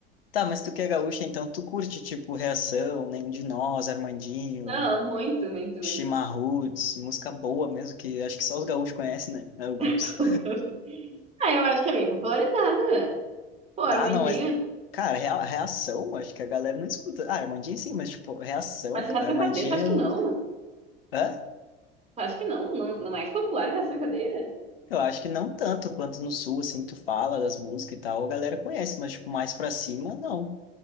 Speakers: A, on the left; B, on the right.
A: Tá, mas tu que é gaúcha, então tu curte, tipo, Reação, Nenhum de Nós, Armandinho,
B: Não, muito, muito, muito.
A: Chimarruts, música boa mesmo, que acho que só os gaúchos conhecem, né? Né, Alguns.
B: <laughs> Ah, eu acho que é bem popularizada. Pô, Armandinho.
A: Ah, não, mas, cara, rea- reação, acho que a galera não escuta. Ah, Armandinho sim, mas, tipo, reação,
B: Mas se Reação
A: Armandinho.
B: em Cadeia, tu acha que não? Tu
A: Hã?
B: acha que não? Não, não é popular Reação em Cadeia?
A: Eu acho que não tanto quanto no sul, assim, tu fala das músicas e tal, a galera conhece, mas, tipo, mais pra cima, não.